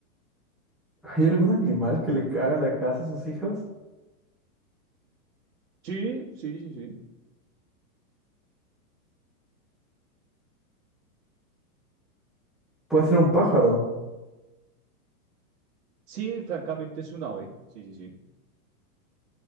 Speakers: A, in the centre; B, on the right.
A: ¿Hay algún animal que le caga la casa a sus hijos?
B: Sí, sí, sí, sí.
A: Puede ser un pájaro,
B: Sí, francamente es un ave. Sí, sí, sí.